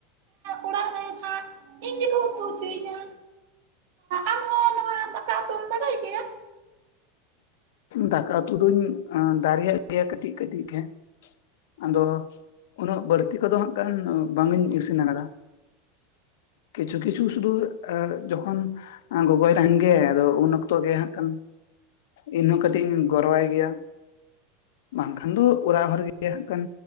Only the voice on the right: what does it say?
ᱚᱲᱟᱜ ᱨᱮᱱ ᱦᱟᱸᱜ ᱤᱧ ᱜᱮᱠᱚ ᱩᱛᱩ ᱦᱚᱪᱚᱭᱤᱧᱟ᱾ ᱟᱢ ᱦᱚᱸ ᱱᱚᱣᱟ ᱫᱟᱠᱟ ᱩᱛᱩᱢ ᱵᱟᱲᱟᱭ ᱜᱮᱭᱟ?